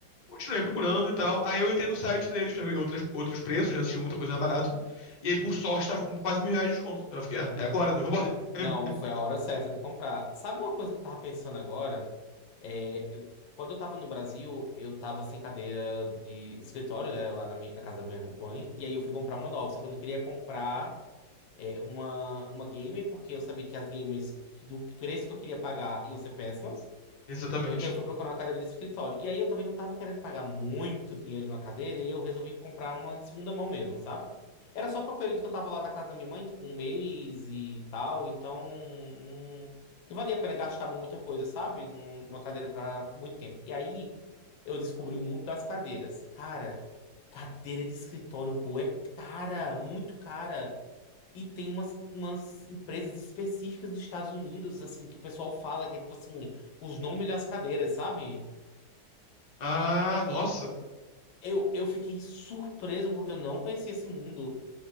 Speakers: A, on the left (about 40°); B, on the left (about 80°).
A: Continuei procurando e tal. Aí eu entrei no site deles pra ver outras, outros preços, já tinha muita coisa mais barato. E aí, por sorte, tava com quase mil reais de desconto. Aí eu fiquei, ah, é agora, né? Vambora. <laughs>
B: Não, foi a hora certa de comprar. Sabe uma coisa que eu tava pensando agora? É, eu- quando eu tava no Brasil, eu tava sem cadeira de escritório, né, lá na, minha, na casa da minha mãe, e aí eu fui comprar uma nova, só que eu não queria comprar é, uma, uma gamer, porque eu sabia que as gamers do preço que eu queria pagar iam ser péssimas.
A: Exatamente.
B: Então eu fui procurar uma cadeira de escritório. E aí eu também não tava querendo pagar muito dinheiro numa cadeira, e eu resolvi comprar uma de segunda mão mesmo, sabe? Era só pro período que eu tava lá na casa da minha mãe, tipo um mês e tal, então não, não valia a pena gastar muita coisa, sabe? Num- Numa cadeira pra muito tempo. E aí eu descobri o mundo das cadeiras. Cara, cadeira de escritório boa é cara, muito cara. E tem umas, umas empresas específicas dos Estados Unidos, assim, que o pessoal fala que é tipo assim os nomes das cadeiras, sabe?
A: Ah, nossa.
B: Eu, eu fiquei surpreso porque eu não conhecia esse mundo.